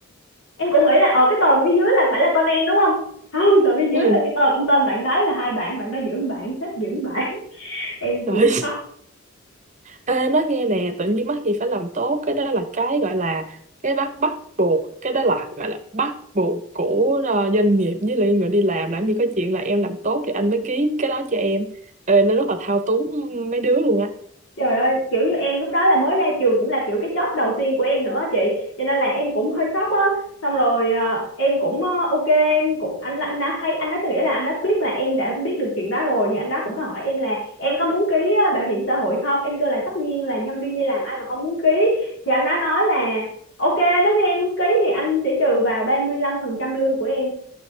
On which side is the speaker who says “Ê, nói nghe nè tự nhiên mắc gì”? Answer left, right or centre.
Right